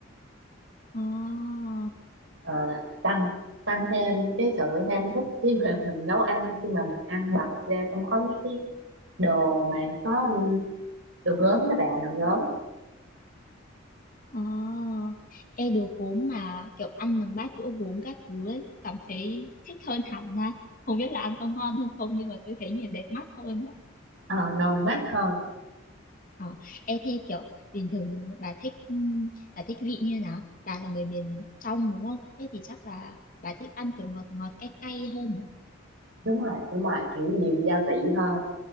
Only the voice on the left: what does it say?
à,
à. Ê đồ gốm mà kiểu ăn bằng bát đũa gốm các thứ ấy cảm thấy thích hơn hẳn ha không biết là ăn có ngon hơn không nhưng mà tôi thấy nhìn đẹp mắt hơn
Ờ, ê thế kiểu bình thường bà thích ừm, bà thích vị như nào? Bà là người miền trong đúng không? Thế thì chắc là bà thích ăn kiểu ngọt ngọt cay cay hơn nhỉ?